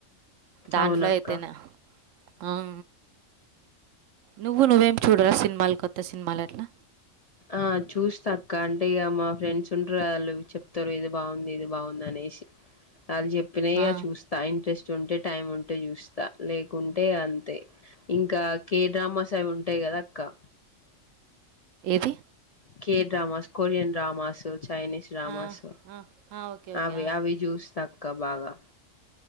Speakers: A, on the right; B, on the left.
A: దాంట్లో
B: అవునక్క
A: అయితేనే అం నువ్వు నువ్వేం చూడరా సినిమాలు కొత్త సినిమాలు ఎట్లా
B: ఆ చూస్తా అక్క అంటే ఇక మా ఫ్రెండ్స్ స్ఉంటారు వాళ్ళు చెప్తారు ఇది బాగుంది ఇది బాగుంది అనేసి వాళ్ళు చెప్పిన
A: ఆ!
B: చూస్త టైమ్ ఇంట్రెస్ట్ ఉంటే టైం ఉంటే చూస్తా లేకుంటే ఇగ అంతే ఇంకా కే డ్రామాస్ అవి ఉంటాయి కదా అక్క
A: ఏది
B: K dramas Korean dramas Chinese డ్రామాస్
A: ఆ! ఆ! ఆ! ఓకే. ఓకే.
B: అవి
A: ఆ!
B: అవి చూస్తా అక్క బాగా